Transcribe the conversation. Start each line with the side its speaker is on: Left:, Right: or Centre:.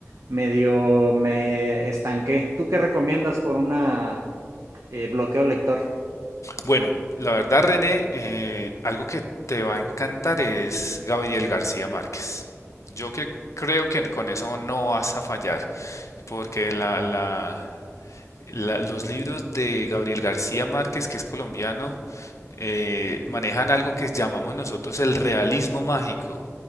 Right: medio me estanqué. ¿Tú qué recomiendas por una eh, bloqueo lector?
Left: Bueno, la verdad, René, eh, algo que te va a encantar es Gabriel García Márquez. Yo que creo que con eso no vas a fallar, porque la, la- la- los libros de Gabriel García Márquez, que es colombiano, eh, manejan algo que llamamos nosotros el realismo mágico.